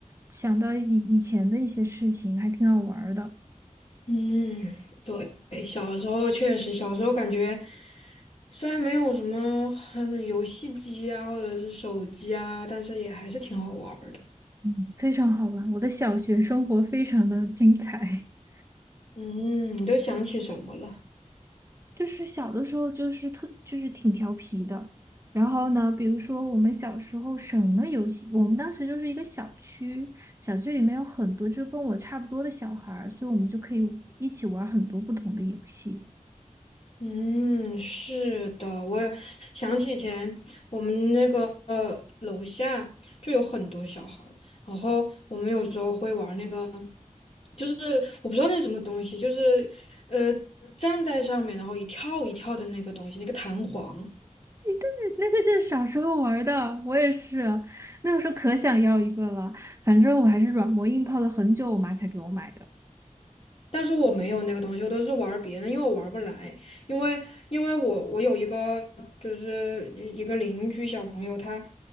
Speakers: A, on the right; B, on the left.
A: 想到以以前的一些事情，还挺好玩儿的，
B: 嗯，对，小时候确实，小时候感觉虽然没有什么很游戏机啊，或者是手机啊，但是也还是挺好玩儿的。
A: 嗯，非常好玩。我的小学生活非常的精彩。<laughs>
B: 嗯，你都想起什么了？
A: 就是小的时候就是特就是挺调皮的，然后呢，比如说我们小时候什么游戏，我们当时就是一个小区，小区里面有很多就跟我差不多的小孩儿，所以我们就可以一起玩很多不同的游戏。
B: 嗯，是的，我也想起以前我们那个呃楼下就有很多小孩儿，然后我们有时候会玩那个，就是我不知道那是什么东西，就是呃站在上面然后一跳一跳的那个东西，那个弹簧。
A: <laughs> 那个就是小时候玩儿的，我也是，那个时候可想要一个了，反正我还是软磨硬泡了很久，我妈才给我买的。
B: 但是我没有那个东西，我都是玩儿别人的，因为我玩儿不来。因为因为我我有一个就是一个邻居小朋友，他